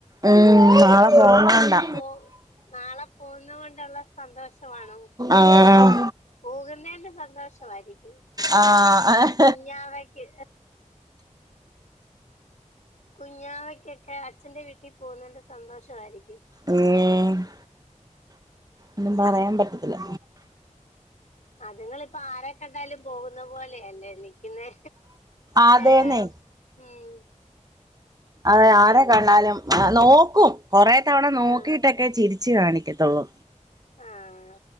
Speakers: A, on the right; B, on the left.
A: ഉം നാളെ പോന്നോണ്ടാ
B: പോ നാളെ പോന്നോണ്ടുള്ള സന്തോഷാണൊ
A: ആഹ്
B: പോകുന്നേന്റെ സന്തോഷമായിരിക്കും
A: ആഹ ഏ
B: കുഞ്ഞാവക്ക് കുഞ്ഞാവയ്ക്കൊക്കെ അച്ഛന്റെ വീട്ടിൽ പോകുന്നതിന്റെ സന്തോഷാ യിരിക്കും
A: ഏ മ്മ്മ് ഒന്നും പറയാൻ പറ്റത്തില്ല
B: അതുങ്ങളിപ്പൊ ആരെ കണ്ടാലും പോകുന്ന പോലെയല്ലേ നിക്ക്ന്നെ
A: അതേന്നെ
B: ഏ ഉം
A: അതെ ആരെ
B: പിന്നെ
A: കണ്ടാലും നോക്കും കൊറേ തവണ നോക്കിട്ടൊക്കെ
B: ആഹ്
A: ചിരിച്ചു കാണിക്കത്തുള്ളൂ
B: ആഹ